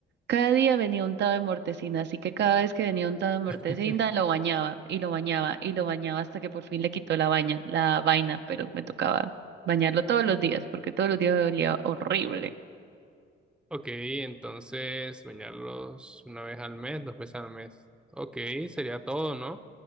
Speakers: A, on the right; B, in the centre.
A: cada día venía untado de mortecina, así que cada vez que venía untado de mortecina
B: <laughs>
A: lo bañaba y lo bañaba y lo bañaba hasta que por fin le quitó la baña, la vaina, pero me tocaba bañarlo todos los días porque todos los días me olía horrible.
B: Ok, entonces bañarlos una vez al mes, dos veces al mes. Ok, sería todo, ¿no?